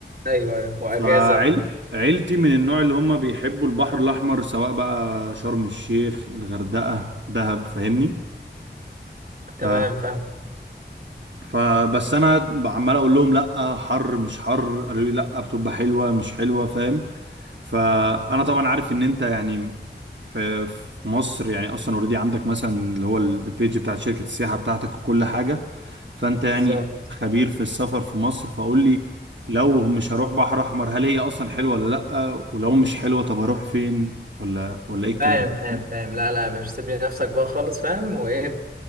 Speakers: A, on the right; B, on the right.
A: ايوه ايوه واجازه
B: فعيل عيلتي من النوع اللي هم بيحبوا البحر الاحمر سواء بقى شرم الشيخ الغردقه دهب فاهمني
A: تمام
B: ف...
A: فاهم
B: فبس انا عمال اقول لهم لا حر مش حر قالوا لي لا بتبقى حلوه مش حلوه فاهم فانا طبعا عارف ان انت يعني في في مصر يعني اصلا اوريدي عندك مثلا اللي هو البيج بتاعت شركه السياحه بتاعتك وكل حاجه فانت
A: بالظبط
B: يعني خبير في السفر في مصر فقول لي لو مش هروح بحر احمر هل هي اصلا حلوه ولا لا ولو مش حلوه طب هروح فين ولا ولا ايه الكلام
A: فاهم فاهم
B: ده؟
A: فاهم لا لا يا باشا سيب لي نفسك بقى خالص فاهم وايه